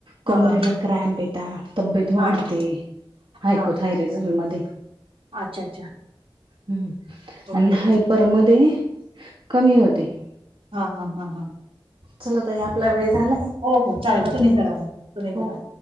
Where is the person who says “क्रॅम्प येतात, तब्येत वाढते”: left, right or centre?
Right